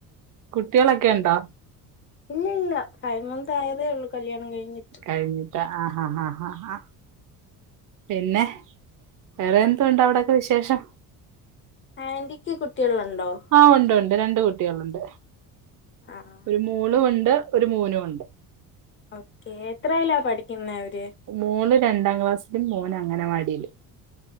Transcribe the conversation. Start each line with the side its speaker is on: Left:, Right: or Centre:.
Right: കുട്ടികളൊക്കെ ഉണ്ടോ?
Left: ഇല്ല ഇല്ല ഫൈവ് മന്ത് ആയതേ ഉള്ളൂ കല്ല്യാണം കഴിഞ്ഞിട്ട്.
Right: കഴിഞ്ഞിട്ട് ആഹ് ആഹ് ആഹ് അഹ് ഹാ പിന്നെ വേറെ എന്തുണ്ട് അവിടെക്കെ വിശേഷം
Left: ആന്റിക്ക് കുട്ടികളുണ്ടോ
Right: ആഹ് ഉണ്ട് ഉണ്ട് രണ്ട് കുട്ടികളുണ്ട്
Left: ആഹ്
Right: ഒരു മോളും ഉണ്ട് ഒരു മോനും ഉണ്ട്
Left: ഓക്കേ എത്രയിലാ പഠിക്കുന്ന അവര്
Right: മോള് രണ്ടാം ക്ലാസ്സിലും മോന് അങ്ങനവാടിലും